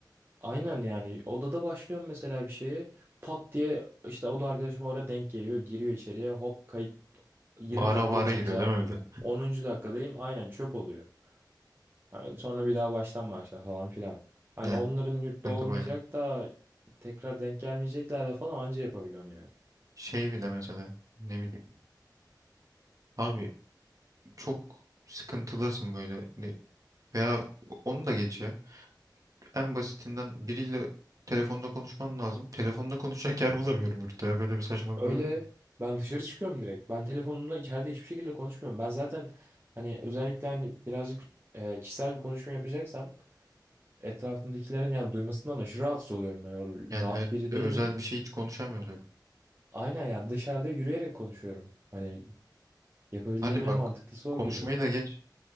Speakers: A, on the right (about 30°); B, on the right (about 50°).
A: aynen yani odada başlıyorum mesela bir şeye. Pat diye işte oda arkadaşım orada denk geliyor. Giriyor içeriye hop kayıt 20
B: Bağıra
A: dakikalıksa
B: bağıra giriyor
A: mesela
B: değil mi bir
A: o-
B: de?
A: 10. dakikadayım aynen çöp oluyor. Hani Sonra bir daha baştan başla falan filan. Hani
B: Yani
A: onların yurtta
B: sıkıntı
A: olmayacak
B: bayağı.
A: da tekrar denk gelmeyecekler de falan anca yapabiliyorum yani.
B: Şey bir de mesela ne bileyim. Abi çok sıkıntılısın böyle. Ne- Veya onu da geç ya. En basitinden biriyle telefonda konuşman lazım. Telefonda konuşacak yer bulamıyorum yurtta ya. Böyle bir saçmalık
A: Öyle
B: olabilir mi?
A: ben dışarı çıkıyorum direkt. Ben telefonumla içeride hiçbir şekilde konuşmuyorum. Ben zaten hani özellikle hani birazcık e, kişisel bir konuşma yapacaksam etrafımdakilerin yani duymasından aşırı rahatsız oluyorum. Ben öyle
B: Yani
A: rahat
B: evet
A: biri
B: bir de
A: değilim.
B: özel bir şey hiç konuşamıyoruz öyle.
A: Aynen yani dışarıda yürüyerek konuşuyorum. Hani yapabileceğim
B: Hadi
A: en
B: bak
A: mantıklısı o
B: konuşmayı
A: gibi.
B: da geç.